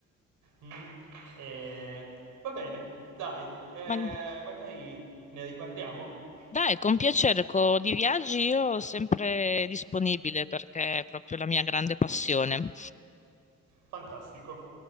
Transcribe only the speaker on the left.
Ma
dai, con piacere, co- di viaggi io sempre disponibile perché è proprio la mia grande passione.